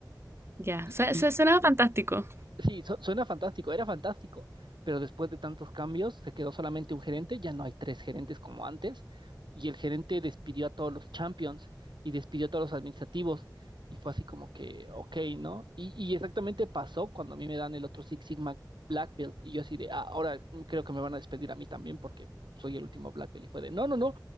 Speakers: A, on the right; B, on the right.
A: ya.
B: Y,
A: Su-
B: y,
A: su- Suena fantástico.
B: Sí, su- suena fantástico, era fantástico, pero después de tantos cambios se quedó solamente un gerente, ya no hay tres gerentes como antes, y el gerente despidió a todos los champions y despidió a todos los administrativos, y fue así como que, ok, ¿no? Y, y exactamente pasó cuando a mí me dan el otro Six Sigma Black Belt, y yo así de, ah, ahora creo que me van a despedir a mí también porque soy el último Black Belt, y fue de, no, no, no,